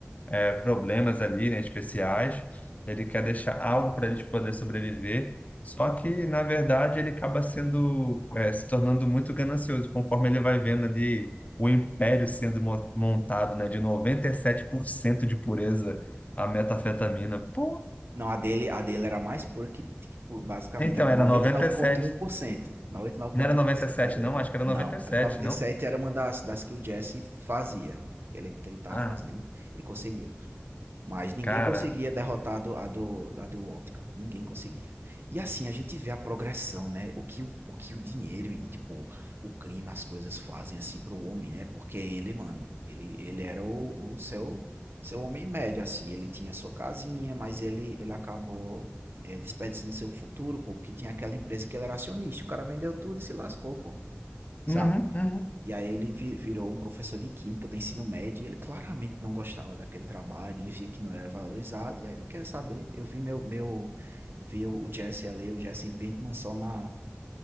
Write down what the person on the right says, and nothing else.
Não, a dele, a dele era mais pura que, que pu- basicamente
era noventa
e nove vírgula um por cento noventa e nove
vírgula
um por cento a dele.
Não,
a de noventa
e sete era uma das, das que o Jesse fazia, que ele, que ele tava
fazendo e conseguiu. Mas ninguém
conseguia derrotar a do, a do, a do Walt, cara. Ninguém conseguia. E assim, a gente vê a progressão, né? O que o, o que o dinheiro e, tipo, o crime, as coisas fazem, assim, pro homem, né? Porque ele, mano, ele, ele era o, o seu, seu homem médio, assim. Ele tinha sua casinha, mas ele, ele acabou, é, desperdiçando seu futuro, pô. Porque tinha aquela empresa que ele era acionista. O cara vendeu tudo e se lascou, pô. Sabe?
E aí ele vi- virou um professor de química do ensino médio e ele claramente não gostava daquele trabalho, ele via que não era valorizado e aí ele quer saber. Eu vi meu, meu, eu vi o Jesse ali, o Jesse Pinkman só na,